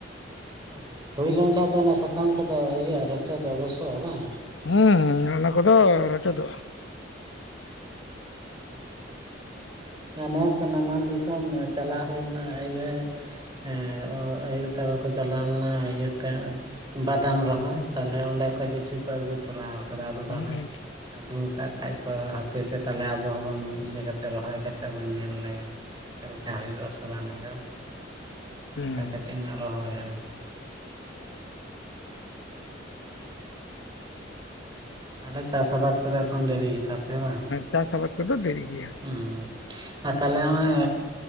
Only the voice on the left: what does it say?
ᱦᱮᱸ ᱚᱱᱟ ᱠᱚᱫᱚ ᱨᱚᱪᱚᱫᱚᱜᱼᱟ ᱾
ᱦᱩᱸ
ᱦᱩᱸ
ᱪᱟᱥ ᱟᱵᱟᱫ ᱠᱚᱫᱚ ᱫᱤᱨᱤ ᱜᱮᱭᱟ ᱾